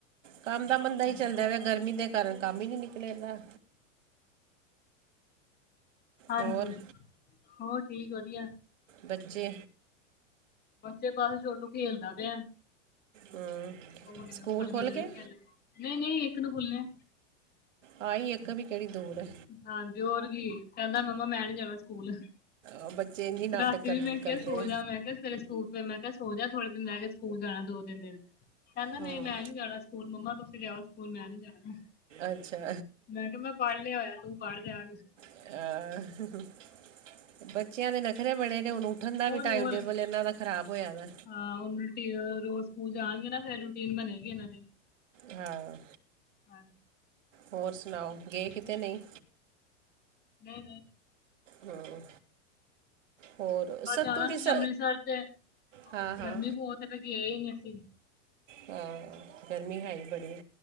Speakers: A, on the right (about 80°); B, on the left (about 25°).
A: ਕੰਮ ਦਾ ਮੰਦਾ
B: ਹਾਂਜੀ
A: ਈ ਚੱਲਦਾ ਰਿਆ, ਗਰਮੀ ਦੇ ਕਾਰਨ ਕੰਮ ਈ ਨੀ ਨਿਕਲੇਦਾ।
B: ਹਾਂਜੀ,
A: ਹੋਰ
B: ਹੋਰ ਠੀਕ, ਵਧੀਆ।
A: ਬੱਚੇ?
B: ਬੱਚੇ ਬਸ, ਛੋਟੂ ਖੇਲਦਾ ਪਿਐ।
A: ਹੂੰ
B: ਹੁਣੇ
A: ਸਕੂਲ
B: ਉੱਪਰ
A: ਖੁੱਲ
B: ਗਈ ਐ
A: ਕੇ
B: ਖੇਲਣ ਨਈ-ਨਈ ਇੱਕ ਨੂੰ ਖੁੱਲਨੇਐ।
A: ਆਈ ਇੱਕ ਵੀ ਕੇੜੀ ਦੂਰ ਐ।
B: ਹਾਂਜੀ ਹੋਰ ਕੀ ਕੈਂਦਾ ਮੰਮਾ ਮੈਂ ਨੀ ਜਾਣਾ ਸਕੂਲ।
A: ਉਹ ਬੱਚੇ ਇੰਨੀ ਨਾਟਕ
B: ਰਾਤੀ
A: ਕਰ
B: ਵੀ ਮੈਂ
A: ਕਰਦੇ
B: ਕਿਆ ਸੋ
A: ਆ
B: ਜਾ ਮੈਂ ਕਿਆ ਫੇਰੇ ਸਕੂਲ ਫੇ ਮੈਂ ਕਿਆ ਸੋਜਾ ਥੋੜੇ ਦਿਨ ਰੈ ਗੇ ਸਕੂਲ ਜਾਣਾ ਦੋ ਤਿੰਨ ਦਿਨ ਕੈਂਦਾ ਨਈ
A: ਹੂੰ
B: ਮੈਂ ਨੀ ਜਾਣਾ। ਸਕੂਲ ਮੰਮਾ ਤੁਸੀਂ ਜਾਓ ਸਕੂਲ ਮੈਂ ਨੀ ਜਾਣਾ।
A: ਅੱਛਾ।
B: ਮੈਂ ਮੈਂ ਪੜ੍ਹ ਲਿਆ ਹੋਇਆ ਤੂੰ ਪੜ੍ਹ ਜਾ
A: ਅ <unintelligible> ਬੱਚਿਆਂ ਦੇ ਨਖਰੇ ਬੜੇ ਨੇ ਹੁਣ ਉੱਠਣ ਦਾ
B: ਹੋਰ
A: ਵੀ ਟਾਈਮ
B: ਹੋਰ
A: ਟੇਬਲ ਏਨਾਂ ਦਾ ਖਰਾਬ ਹੋਇਆ ਵਾ।
B: ਹਾਂ ਹੁਣ ਰੋਜ਼ ਸਕੂਲ ਜਾਣਗੇ ਨਾ ਫਿਰ ਰੂਟੀਨ ਬਣੇਗੀ ਇਹਨਾਂ ਦੀ
A: ਹਾਂ
B: ਹਮ <unintelligible>
A: ਹੋਰ ਸੁਣਾਓ ਗਏ ਕਿਤੇ ਨਹੀਂ
B: ਨਹੀਂ ਨਹੀਂ
A: ਹਂ ਹੋਰ ਸੱਭ
B: ਅ ਜਾਣਾ
A: ਤੋਂ ਵਧੀਆ
B: ਸੀ
A: ਸ
B: ਅੰਮ੍ਰਿਤਸਰ ਤੇ
A: ਹਾਂ ਹਾਂ
B: ਗਰਮੀ ਬਹੁਤ ਹੈ ਫਿਰ ਗਏ ਹੀ ਨੀ ਅਸੀਂ
A: ਹਾਂ ਗਰਮੀਂ ਹੈ ਬੜੀ